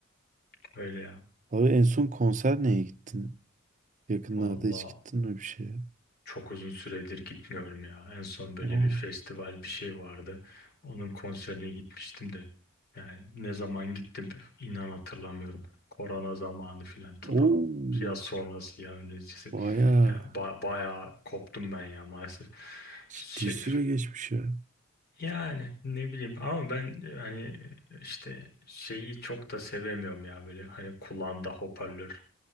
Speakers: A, on the left; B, on the right.
A: Öyle ya.
B: Abi en son konser neye gittin? Yakınlarda
A: Vallahi
B: hiç gittin mi bir şeye?
A: Çok uzun süredir gitmiyorum ya. En son böyle
B: Aa.
A: bir festival bir şey vardı. Onun konserine gitmiştim de. Yani ne zaman gittim inan hatırlamıyorum. Korona zamanı filan ta
B: Oo.
A: tam ya sonrası ya öncesi.
B: Bayağı
A: Yani ba- bayağı koptum ben ya maalesef.
B: Ciddi
A: Şey-
B: süre geçmiş ya.
A: yani ne bileyim ama ben e, hani e, işte şeyi çok da sevemiyorum ya böyle hani kulağında hoparlör